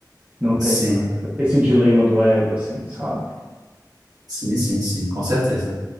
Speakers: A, on the right; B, on the right.
A: não tenho
B: Sim,
A: essa- esse dilema do ego, assim, sabe?
B: sim, sim, sim, com certeza.